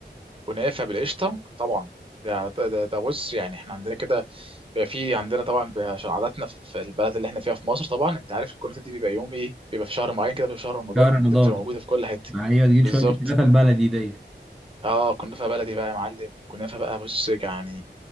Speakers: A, on the right (about 30°); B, in the centre.
A: ونافع بالقشطه طبعا ده ده, ده بص يعني احنا عندنا كده بيبقى في عندنا طبعا بيبقى عشان عاداتنا في البلد اللي احنا فيها في مصر طبعا انت عارف الكنافه دي بيبقى يوم ايه بيبقى في شهر معين كده بيبقى في شهر رمضان
B: شهر رمضان
A: ده بتبقى موجوده في كل حته
B: معايا تجيب
A: بالظبط
B: شويه الكنافه البلدي دي
A: اه كنافه بلدي بقى يا معلم كنافه بقى بص يعني